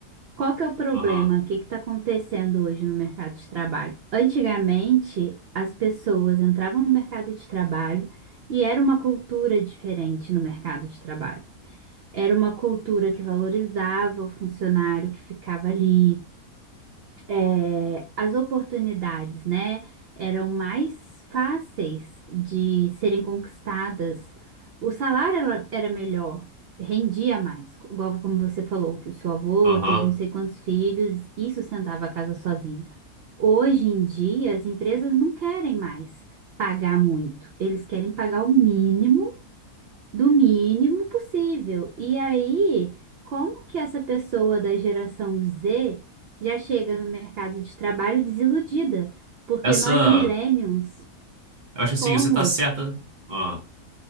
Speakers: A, on the right (about 75°); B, on the right (about 40°).
A: Qual que é o problema?
B: Aham,
A: O que está acontecendo hoje no mercado de trabalho? Antigamente, as pessoas entravam no mercado de trabalho e era uma cultura diferente no mercado de trabalho. Era uma cultura que valorizava o funcionário que ficava ali, é, as oportunidades, né, eram mais fáceis de serem conquistadas. O salário ela- era melhor, rendia mais, co- igual como você falou, que o seu avô
B: aham.
A: teve não sei quantos filhos e sustentava a casa sozinho. Hoje em dia, as empresas não querem mais pagar muito, eles querem pagar o mínimo do mínimo possível. E aí, como que essa pessoa da geração Z já chega no mercado de trabalho desiludida? Porque
B: Essa.
A: nós millennials
B: Eu acho assim,
A: fomos,
B: você tá certa. Ah,